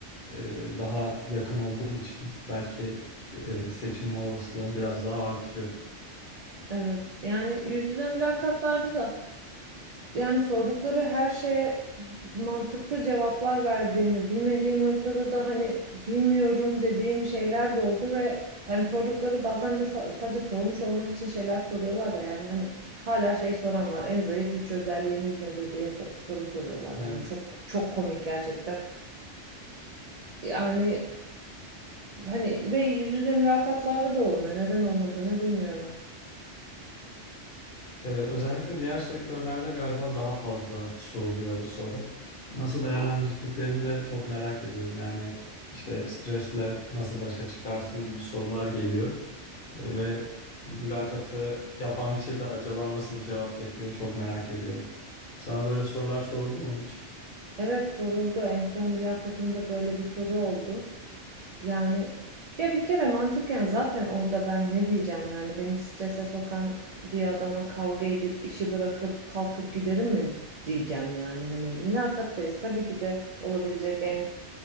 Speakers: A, on the left (about 50°); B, on the right (about 65°).
A: e, daha yakın olduğun için belki e, seçilme olasılığın biraz daha artıyor.
B: Evet. Yani yüz yüze mülakatlarda da yani sordukları her şeye mantıklı cevaplar verdiğimi, bilmediğim noktada da hani bilmiyorum dediğim şeyler de oldu ve hani sordukları bazen de sa- sadece sormuş olmak için şeyler soruyorlar da yani hani hala şey soran var. En zayıf üç özelliğiniz nedir diye so- soru soruyorlar yani
A: Evet.
B: çok çok komik gerçekten. Yani hani ve yüz yüze mülakatlarda da olmuyor. Neden olmadığını bilmiyorum.
A: Ee, özellikle diğer sektörlerde galiba daha fazla soruluyor bu soru. Nasıl değerlendirdiklerini de çok merak ediyorum. Yani işte stresle nasıl başa çıkarsın gibi sorular geliyor. E, Ve mülakatı yapan kişi de acaba nasıl bir cevap bekliyor çok merak ediyorum. Sana böyle sorular soruldu mu hiç?
B: Evet soruldu. En son mülakatımda böyle bir soru oldu. Yani ya bir kere mantıken zaten orada ben ne diyeceğim yani beni strese sokan bir adama kavga edip işi bırakıp kalkıp giderim mi diyeceğim yani hani mülakattayız tabii ki de olabilecek en